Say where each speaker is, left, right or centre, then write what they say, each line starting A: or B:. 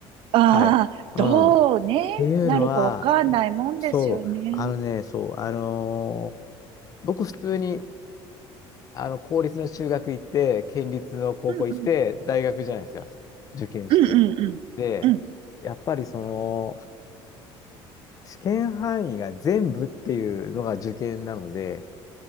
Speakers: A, on the right; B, on the left.
A: ああ、
B: はい。うん。
A: どうね、
B: ていうのは、
A: なるかわかんないもんですよね。
B: そう、あのね、そう、あのー僕普通に、あの、公立の中学行って、県立の高校行って、
A: うんうん
B: 大学じゃないですか。受験して。
A: うんうんうん
B: で、やっぱりその、試験範囲が全部っていうのが受験なので、